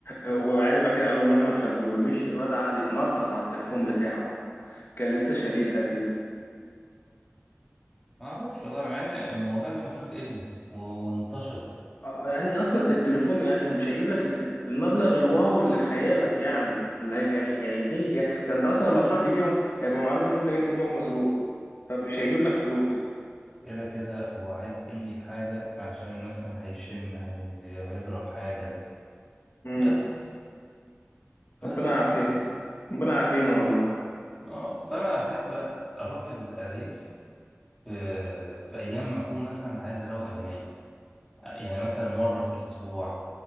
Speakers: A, on the left; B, in the centre.
A: ويعني بقى كده قال له المكنه مش هتدور مشي الواد قعد يتنطط على التليفون بتاعه كان لسه شاريه تقريبا
B: ما اعرفش والله مع ان الموضوع ده المفروض ادمي وانتشرت
A: آه، يعني اصلا التليفون يعني مش هيجيب لك ال- المبلغ الواو اللي في خيالك يعني اللي هي- هيغنيك يعني ده انت اصلا لما تروح تبيعه هيبقى معروف ان انت جاي تبيعه مسروق فمش هيجيب لك فلوس
B: كده كده هو عايز اي حاجة عشان مثلا هيشم هي... هيضرب حاجة
A: امم
B: بس فانا
A: ربنا يعافينا
B: بصراحة
A: ربنا
B: رب
A: يعافينا
B: عافية والله
A: والله
B: اه فانا احب اروح الارياف في... في ايام ما اكون مثلا عايز اروق دماغي يعني مثلا مرة في الاسبوع